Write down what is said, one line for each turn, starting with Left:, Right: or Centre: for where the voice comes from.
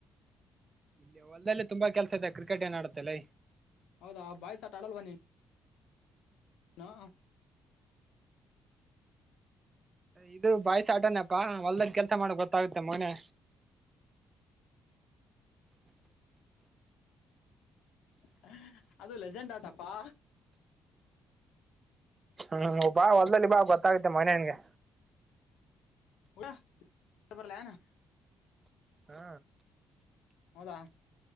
Right: ಇಲ್ಲ ಹೊಲ್ದದಲ್ಲಿ ತುಂಬಾ ಕೆಲ್ಸ ಇದೆ ಕ್ರಿಕೆಟ್ ಏನ್ ಆಡುತ್ತೆಲ್ಲ
Left: ಹೌದಾ ಬಾಯ್ಸಟ್ ಆಡಲ್ವಾ ನೀನು ನಾ
Right: ಇದು ಬಾಯ್ಸ ಆಟನಪ್ಪಾ ಹೊಲ್ದದ ಕೆಲ್ಸ ಮಾಡ ಗೊತ್ತಾಗುತ್ತೆ ಮಗನೆ
Left: ಹ ಅದು ಲೆಜೆಂಡ್ ಆಟಪ್ಪಾ
Right: ಹ್ಮ್ ಬಾ ಹೊಲ್ದಲ್ಲಿ ಬಾ ಗೊತ್ತಾಗತ್ತೆ ಮಗನ ನಿಂಗೆ
Left: ಹುಳ ತೊಂಬರೆಲಾ ನಾ
Right: ಹ್ಮ
Left: ಹೌದಾ